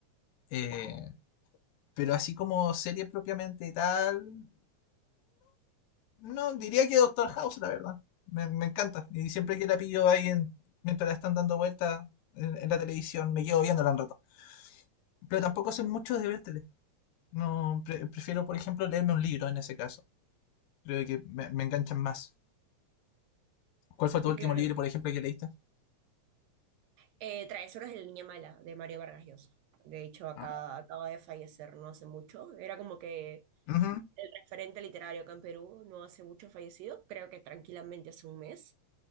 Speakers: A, on the left; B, on the right.
A: Eh, pero así como serie propiamente tal, No, diría que Doctor House, la verdad. Me, me encanta. Y siempre
B: Mm,
A: que la pillo ahí en- mientras la están dando vuelta en, en la televisión, me quedo viéndola un rato. Pero tampoco sé mucho de ver tele. No, pre- prefiero, por ejemplo, leerme un libro en ese caso. Creo que me, me enganchan más. ¿Cuál fue tu
B: Sí,
A: último
B: claro.
A: libro, por ejemplo, que leíste?
B: Eh, Travesuras de la Niña Mala, de Mario Vargas Llosa. De hecho, acá
A: Ah,
B: acaba de fallecer no hace mucho. Era como que
A: ujú,
B: el referente literario acá en Perú no hace mucho fallecido, creo que tranquilamente hace un mes.